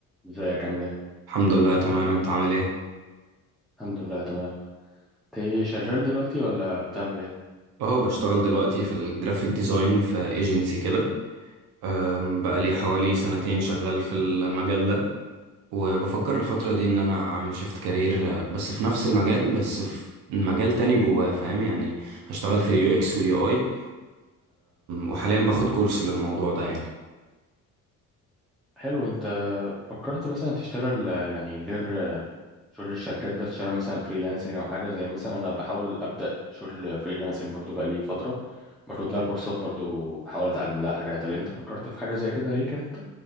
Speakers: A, in the centre; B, on the right.
A: ازيك عامل ايه
B: الحمد لله تمام انت عامل ايه
A: الحمد لله تمام انت ايه شغال دلوقتي ولا بتعمل ايه
B: اه بشتغل دلوقتي في الجرافيك ديزاين في ايجنسي كده أم، بقالي حوالي سنتين شغال في المجال ده وبفكر الفترة دي ان انا اعمل شيفت كارير بس في نفس المجال بس في مجال تاني جواه فاهم يعني هشتغل في اليو اكس واليو اي وحاليا باخد كورس للموضوع ده يعني
A: حلو انت فكرت مثلا تشتغل آه، يعني غير آه، شغل الشركات ده تشتغل مثلا فريلانسنج او حاجه زي مثلا انا بحاول ابدا شغل فريلانسنج برضو بقالي فتره باخد لها كورسات برضو بحاول اتعلم لها حاجات هل انت فكرت في حاجه زي كده ليك انت